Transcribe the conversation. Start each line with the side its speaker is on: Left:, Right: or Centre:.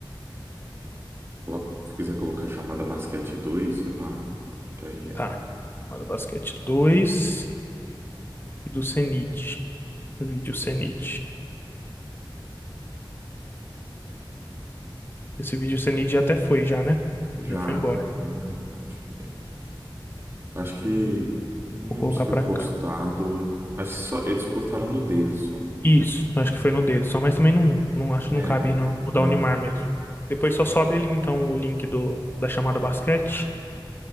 Right: Colo- Se quiser colocar a chamada basquete 2 sei lá, que aí é.
Left: Tá. Chamada basquete 2 e do CENID. Vídeo CENID. Esse vídeo CENID já até foi já, né? Ele
Right: Já,
Left: já foi embora.
Right: já foi, acho que. Acho que.
Left: Vou
Right: Não
Left: vou
Right: lembro
Left: colocar
Right: se foi
Left: pra
Right: postado.
Left: cá.
Right: Acho que só, eles postaram no dele só.
Left: Isso, acho que foi no dedo só, mas também não, não acho
Right: É,
Left: que não cabe
Right: fi-
Left: no, no
Right: não.
Left: da Unimar mesmo. Depois só sobe ali então o link do, da chamada basquete.